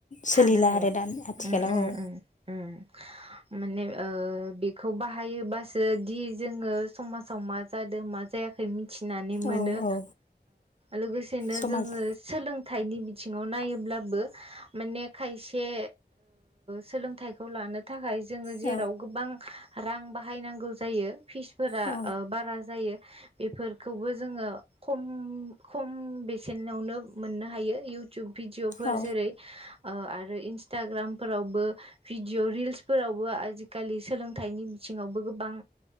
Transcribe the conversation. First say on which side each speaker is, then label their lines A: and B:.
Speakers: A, on the left (about 45°); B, on the right (about 35°).
A: सोलिला
B: थानो हाया
A: आरो दा आथिखालाव
B: उम उम
A: औ
B: उम उम। माने ओ बेखौ बाहायोबासो दि जोङो समाजाव मा जादों मा जाया खै मि थिनानै मोनो
A: औ औ
B: लोगोसेनो
A: समाज
B: जोङो सोलों थाइनि बिथिङाव नायोब्लाबो माने खायसे सोलोंथाइखौ लानो थाखाय जोङो जेराव
A: औ
B: गोबां रां बाहायनांगौ जायो। फिसफोरा
A: औ
B: बारा जायो, बेफोरखौबो जोङो खम खम बेसेनावनो मोननो हायो। इउटुब भिडिअफोर
A: औ
B: जेरै ओ आरो इन्सटाग्रामफोरावबो भिडिअ रिल्सफोरावबो आजिखालि सोलोंथाइनि बिथिङावबो गोबां